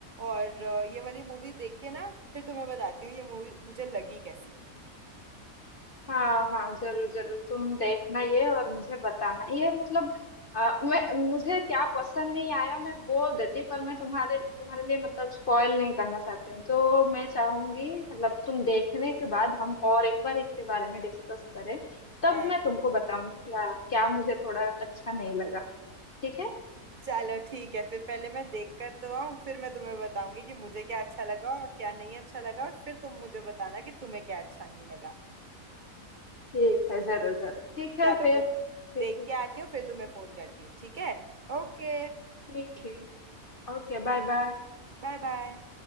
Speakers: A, on the right; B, on the left.
A: और अ, ये वाली मूवी देख के ना फिर तुम्हें बताती हूँ ये मूवी मुझे लगी कैसी
B: हाँ हाँ जरूर जरूर तुम देखना ये और मुझे बताना ये मतलब अ, मैं मुझे क्या पसंद नहीं आया मैं बोल देती पर मैं तुम्हारे तुम्हारे लिए मतलब स्पॉइल नहीं करना चाहती हूँ तो मैं चाहूंगी मतलब तुम देखने के बाद हम और एक बार इसके बारे में डिस्कस करें तब
A: हाँ।
B: मैं तुमको बताऊंगी क्या क्या मुझे थोड़ा अच्छा नहीं लगा ठीक है
A: चलो ठीक है फिर पहले मैं देख कर तो आऊं फिर मैं तुम्हें बताऊंगी कि मुझे क्या अच्छा लगा और क्या नहीं अच्छा लगा और फिर तुम मुझे बताना कि तुम्हें क्या अच्छा नहीं लगा
B: ठीक है जरूर जरूर ठीक है
A: चलो
B: फिर
A: मैं
B: फिर
A: देख
B: फिर-
A: के आती हूँ फिर तुम्हें फोन करती हूँ ठीक है ओके
B: ठीक है Okay bye bye
A: Bye bye